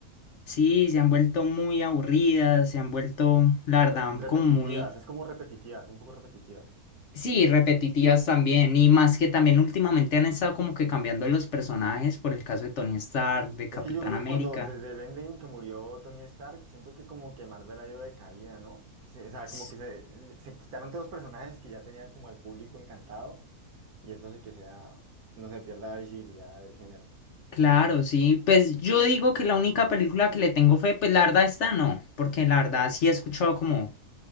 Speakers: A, on the left; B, on the right.
A: Sí, se han vuelto muy aburridas, se han vuelto, la verdad,
B: re- repetitivas,
A: como muy,
B: es como repetitivas, un poco repetitivas.
A: sí, repetitivas también, y más que también últimamente han estado como que cambiando los personajes, por el caso de Tony Stark, de Capitán
B: Es que yo creo
A: América.
B: que cuando desde el Endgame que murió Tony Stark, siento que como que Marvel ha ido de caída, ¿no? Se- o sea,
A: S-
B: como que se, se quitaron todos los personajes que ya tenían como al público encantado. y eso hace que sea, no se pierda la visibilidad del género.
A: Claro, sí, pues yo digo que la única película que le tengo fe, pues la verdad esta no, porque la verdad sí he escuchado como,